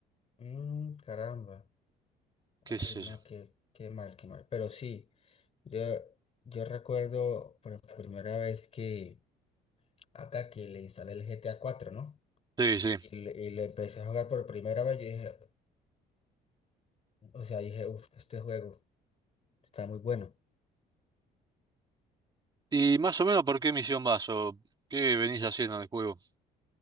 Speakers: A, on the left; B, on the right.
A: Mm, caramba.
B: ¿Qué
A: Ay,
B: es
A: no,
B: eso?
A: qué, qué mal, qué mal. Pero sí. Yo, yo recuerdo por la primera vez que acá que le instalé el GTA cuatro ¿no?
B: Sí, sí.
A: Y le, y le empecé a jugar por primera vez, yo dije, o sea, dije, uff, este juego está muy bueno.
B: ¿Y más o menos por qué misión vas o qué venís haciendo en el juego?